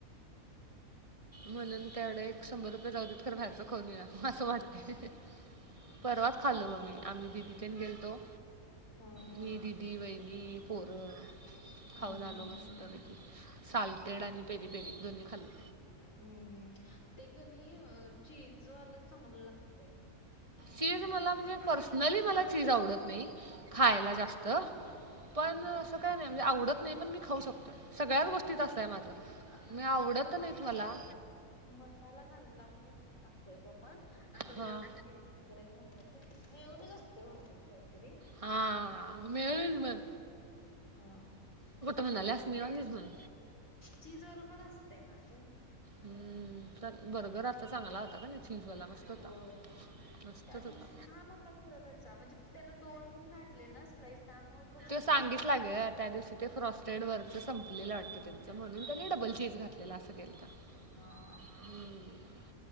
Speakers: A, on the right (about 25°); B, on the left (about 60°).
A: म्हणून त्यावढ एक शंभर रुपये जाऊ देत खरं भहेरचं खोनया. असं वाटते परवाच खाल्लो म मी आम्ही दिदी तेन गेलतो.
B: हा
A: मी दिदी वहिणी पोर
B: हम्म
A: खाऊन आलो
B: हम्म
A: मस्त
B: हम्म
A: बैकी. साल्टेड आणि पेरी पेरी दोन्ही खाल्ले.
B: ह् ते कनी चीजवाला चांगलं लागत.
A: चीज मला म्हणजे पर्सनली मला चीज आवडत नाही. खायला जास्त पण
B: हा
A: असं काय नाही म्हणजे आवडत नाही पण मी खाऊ शकतोय. सगळ्याच गोष्टीत असतं आहे माझं
B: हा
A: मी आवडत
B: पण मसालावाला
A: नाहीत मला.
B: मसाला घा लावूनच टाकतोय तो आपण आणि त्याच्यावरनिज.
A: हां
B: वगैरे घेणतात ते मेळन जा असते भवते काहीतरी.
A: हा मिळेल मग.
B: हा
A: म्हणाल्यास
B: ते असते
A: मेयोनीज म्हण
B: चिजवाल पण असते ना ग.
A: हम् तर बरोगर आता चांगला होता का नाही चीजवाला मस्त. होता
B: हो
A: मस्तच
B: त्या
A: होता
B: दिवशी छान होता खर त्याचा म्हणजे त्यांना दोन घातले ना. लाईस त्यामुळे तो चांगला
A: सांगितला
B: लागत
A: ग त्या दिवशी ते फ्रॉस्टेड वरच संपलेलं वाटतं
B: हा
A: त्यांचं म्हणून
B: नव्हता
A: त्यानी डबल
B: मग.
A: चीज घातलेला असं केल तर
B: हा
A: आणि